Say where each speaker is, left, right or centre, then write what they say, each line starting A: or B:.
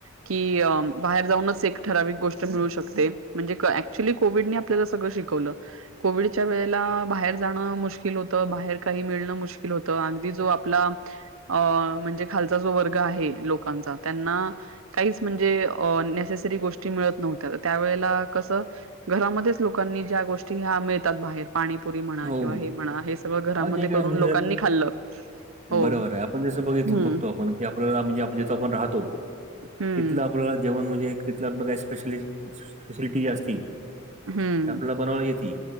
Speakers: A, on the right; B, on the right.
A: की अ बाहेर जाऊनच एक ठराविक गोष्ट मिळू शकते, म्हणजे क ॲ अँक्च्युली कोविडने आपल्याला सगळ शिकवलं. कोविडच्या वेळेला बाहेर जाणं मुश्किल होतं, बाहेर काही मिळणं मुश्कि मुश्किल होत, अगदी जो आपला अ म्हणजे खालचा जो वर्ग आहे, लोकांचा त्यांना काहीच म्हणजे अ नेसेसरी गोष्टी मिळत नव्हत्या, त्यावेळेला कसं? घरामध्येच लोकांनी ज्या गोष्टी ह्या मिळतात, बाहेर पाणीपुरी म्हणा,
B: हो
A: किंवा हे म्हणा हे सगळं घरामध्ये
B: हा जे काय
A: करून
B: म्हणजे
A: लोकांनी
B: जर
A: खाल्लं. हो
B: बरोबर आहे. आपण जसं बघितल
A: हम्म
B: बघतो, आपण की आपल्याला म्हणजे जिथ आपण राहतो
A: हम्म
B: तिथलं आपल्याला जेवण म्हणजे एक तिथलं आपलं काही स्पेशलिस्ट स्पेसिलिटी जे असती ते
A: हम्म
B: आपल्याला बनवण्यात येेती